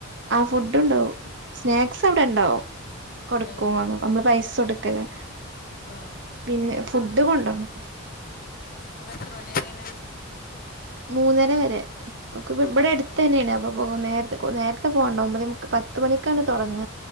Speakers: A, on the right; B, on the left.
A: ഫുഡ് കൊണ്ടാവും സ്നാക്സ് അവിടെ ഉണ്ടാവും കൊടുക്കും
B: ഏഹ്
A: നമ്മള് പൈസ കൊ ടുക്കലാ
B: ആഹ്
A: പിന്നെ ഫുഡ് കൊണ്ടോണം
B: അപ്പ എത്ര മണിയരാണ്
A: മൂന്നര വരെ ക്കെ ഇപ്പ ഇവിടെ അടുത്ത് തന്നെയാണ് അപ്പൊ നേര നേരത്തെ പോകണ്ട ഒമ്പതെ മുക്കാല് പത്ത് മണിക്കാണ് തൊടങ്ങ